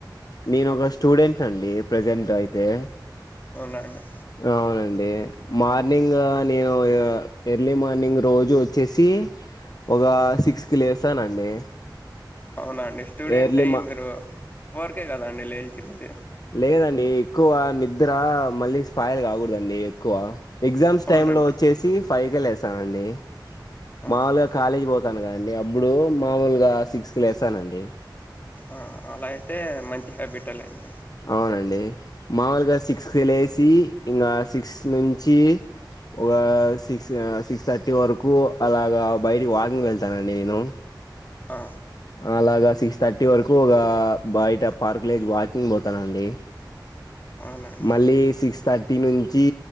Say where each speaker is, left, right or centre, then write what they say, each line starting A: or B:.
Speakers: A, on the left; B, on the left.
A: నేను ఒక స్టూడెంట్ అండి ప్రెజెంట్ అయితే
B: అవునండి
A: అవునండి మార్నింగ్ నేను ఎర్లీ మార్నింగ్ రోజు వచ్చేసి ఒక సిక్స్కి లేస్తానండి
B: అవునా అండి స్టూడెంట్
A: ఎర్లీ
B: అయ్యి
A: మా
B: మీరు ఫోర్ కె కదండి లేయల్ చ్చినది
A: లేదండి ఎక్కువ నిద్ర మళ్ళీ స్పాయలు కాకూడదండి ఎక్కువ ఎగ్జామ్స్
B: అవునండి
A: టైమ్ లో వచ్చేసి ఫైవ్ కె లేస్ చవెన్ డి
B: ఆహా
A: మల్ల కాలేజీ పోతాం అవునండిఅప్పుడు మామూలుగా సిక్స్త్ కి లేస్సానండి
B: ఆ అలా అయితే మంచి హ్యాబిటే లేండి
A: అవునండి మాముూలుగా సిక్స్కి లేసి ఇంగా సిక్స్ నుంచి ఒక సిక్స్ సిక్స్ థర్టీ వరకు అలాగ బయటికి వాకింగ్కి వెళ్తానండి నేను,
B: ఆ
A: అలాగా సిక్ థర్టీ వరకు ఒక బయట పార్క్లోకి వాకింగ్ పోతానండి
B: అవునండి
A: మళ్ళీ సిక్స్ థర్ టీ నుంచి